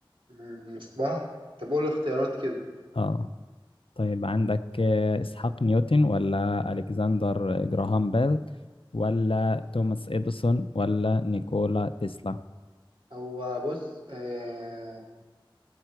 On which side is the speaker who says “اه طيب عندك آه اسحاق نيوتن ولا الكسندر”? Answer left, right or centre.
Left